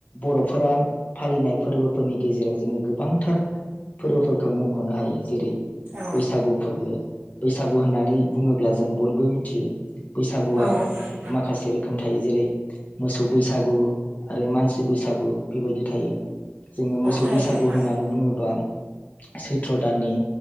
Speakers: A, on the left; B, on the right.
A: बर'फोरा फालिनाय फोरबोफोरनि गेजेराव जोङो गोबांथार फोरबोफोरखौ मख'नो हायो जेरै
B: औ नोंथां औ
A: बैसागु फोरबो बैसागु होननानै बुङोब्ला जों जों बयबो मिथियो बैसागुआ
B: थायो नोंथां
A: माखासे रोखोम थायो जेरै मोसौ बैसागु आरो मानसि बैसागु बेबायदि थायो जोङो मोसौ
B: औ
A: बैसागु
B: औ
A: होननानै बुङोबा सैथ्र दाननि